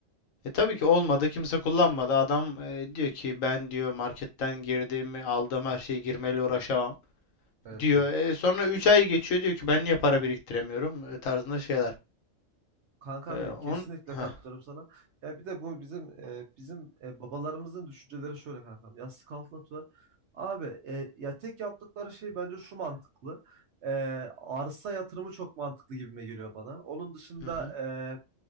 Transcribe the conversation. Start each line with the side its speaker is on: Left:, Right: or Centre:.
Left: E tabii ki olmadı. Kimse kullanmadı. Adam e, diyor ki ben diyor marketten girdiğimi aldığım her şeyi girmeyle uğraşamam
Right: Evet
Left: diyor.
Right: evet.
Left: E, sonra 3 ay geçiyor diyor ki ben niye para biriktiremiyorum e, tarzında şeyler.
Right: Kankam
Left: E,
Right: benim kesinlikle
Left: on Heh.
Right: katılıyorum sana. Ya bir de bu bizim e, bizim e, babalarımızın düşünceleri şöyle kankam. Yastık altına atıyorlar. Abi e, ya tek yaptıkları şey bence şu mantıklı. E, arsa yatırımı çok mantıklı gibime geliyor bana. Onun dışında
Left: Hı hı.
Right: e,